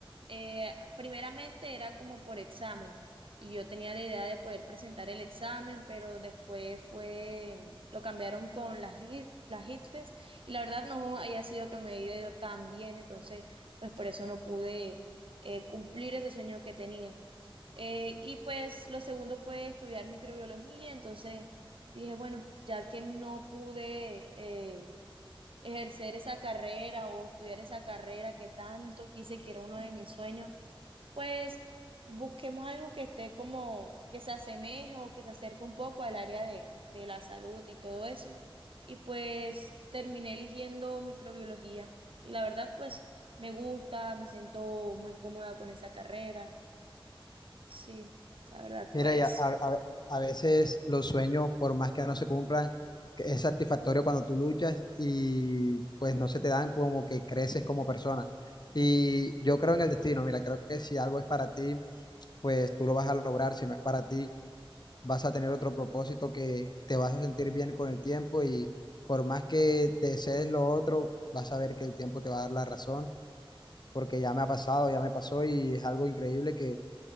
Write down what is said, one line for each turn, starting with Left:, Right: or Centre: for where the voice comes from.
Right: eh, primeramente era como por examen y yo tenía la idea de poder presentar el examen, pero después fue, lo cambiaron con las, hit- las hitres y la verdad no haya sido que me haya ido tan bien, entonces pues por eso no pude eh, cumplir ese sueño que tenía. Eh, y pues lo segundo fue estudiar microbiología, entonces dije, bueno, ya que no pude... eh, ejercer esa carrera o estudiar esa carrera que tanto quise, que era uno de mis sueños, pues busquemos algo que esté como, que se asemeje o que se acerque un poco al área de, de la salud y todo eso. Y pues terminé eligiendo microbiología. Y la verdad, pues me gusta, me siento muy cómoda con esa carrera. Sí, la verdad fue
Left: Mira, ya,
Right: eso.
Left: a, a- a veces los sueños, por más que no se cumplan, que es satisfactorio cuando tú luchas y pues no se te dan como que creces como persona. Y yo creo en el destino, mira, creo que si algo es para ti, pues tú lo vas a lograr, si no es para ti vas a tener otro propósito que te vas a sentir bien con el tiempo y por más que desees lo otro, vas a ver que el tiempo te va a dar la razón, porque ya me ha pasado, ya me pasó y es algo increíble que